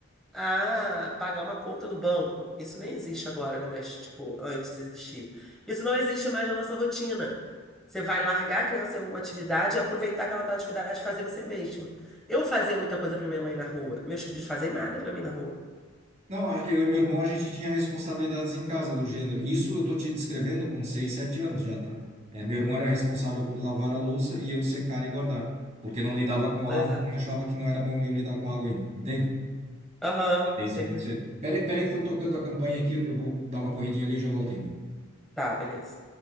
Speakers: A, in the centre; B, on the right.
A: ah, pagar uma conta no banco. Isso nem existe agora, né? Mas, tipo, antes existia. Isso não existe mais na nossa rotina. Você vai largar a criança em alguma atividade e aproveitar aquela atividade e fazer você mesmo. Eu fazia muita coisa pra minha mãe na rua. Meus filhos fazem nada pra mim na rua.
B: Não, a- eu e meu irmão, a gente tinha responsabilidades em casa do gênero. Isso eu tô te descrevendo com seis, sete anos já, tá? É, meu irmão era responsável por lavar a louça e eu secar e guardar. Porque não lidava com
A: Pois
B: água
A: é.
B: e achava que não era bom eu lidar com água ainda. Entende?
A: Aham,
B: Desde
A: entendi.
B: muito cedo. Peraí, peraí que estão tocando a campanha aqui, eu vou dar uma corridinha ali e já voltei.
A: Tá, beleza.